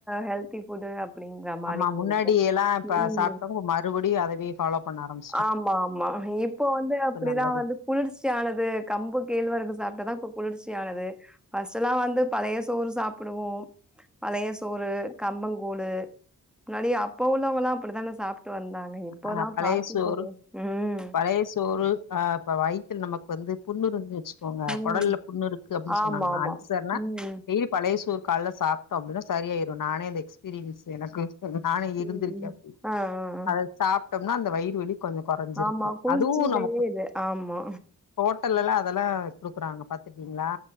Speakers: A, in the centre; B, on the left.
A: ஹெல்தி ஃபுட்டு அப்டின்ற மாரி
B: ஆமா முன்னாடி
A: இருக்கு
B: எல்லா இப்ப
A: ம்
B: சாப்ட்டவுங்க மறுபடியு அதவே ஃபாலோ பண்ண ஆரம்
A: ஆமாமா இப்ப வந்து அப்டிதா
B: நல்லது
A: வந்து குளுர்ச்சியானது கம்பு கேழ்வரகு சாப்ட்டாதா இப்ப குளுர்ச்சியானது ஃபஸ்ட்லா வந்து பழைய சோறு சாப் புடுவோ பழைய சோறு கம்பங்கூலு முன்னாடி அப்ப உள்ளவங்கல்லா அப்டித்தான சாப்ட்டு வந்தாங்க இப்பதா
B: ஆ பழைய
A: ஃபாஸ்டு
B: சோறு
A: ஃபுட்டு ம்
B: பழைய சோறு ஆ இப்ப வயித்துல நமக்கு வந்து புண்ணுருந்து வச்சு கோங்க
A: ம்.
B: கொடல்ல புண்ணு இருக்கு அப்டின்
A: ஆமாமா.
B: சொன்னாங்கனா அல்சர்னா
A: ம்.
B: டெய் பழைய சோறு காலேல சாப்ட்டோ அப்டினா சரியாயிறு நானே அந்த எக்ஸ்பீரியன்ஸ் எனக்கு நானே இருந்திருக்கே
A: ம்.
B: அப்டி
A: ஆ ஆ ஆ
B: சாப்ட்டம்னா அந்த வயிறு வலி கொஞ்சோ கொறஞ்சுருக்கு
A: ஆமா. குளிர்ச்சியிலயே
B: அதுவு நமக்கு
A: இது. ஆமா.
B: ஹோட்டல்லல்லா அதல்லா குடுக்குறாங்க பாத்துருக்கீங்களா